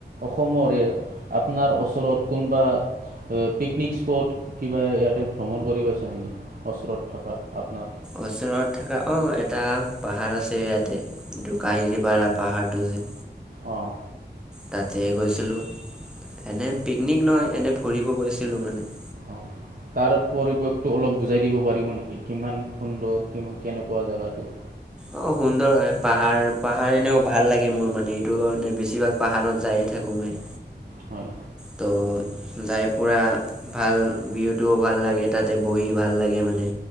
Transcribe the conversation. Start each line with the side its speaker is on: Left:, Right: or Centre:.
Right: সমৰে আপোনাৰ ওচৰত কোনোবা পিকনিক স্পট কিবা ইয়াতে ভ্ৰমণ কৰি পাইছে নেকি ওচৰত থকা আপোনাৰ
Centre: ওচৰত থকা অ এটা পাহাৰ আছে ইয়াতে এইটো কাহিলিপাৰা পাহাৰ টো। উ
Right: অঁ
Centre: তাতে গৈছিলো এনে পিকনিক নহ এনে ফুৰিব গৈছিলো মানে। <inaudible>
Right: অঁ তাৰ পৰিৱেশটো অলপ বুজাই দিব পাৰিব নেকি কিমান সুন্দৰ কি কেনেকুৱা জেগাটো।
Centre: অ সুন্দৰ হয় পাহাৰ পাহাৰ এনেও ভাল লাগে মোৰ মানে এইটো কাৰণে বেছিভাগ পাহাৰত যায়। থাকোঁ মই।
Right: হয়
Centre: ত' যাই পুৰা ভাল ভিউটোও ভাল লাগে তাতে বহি ভাল লাগে মানে।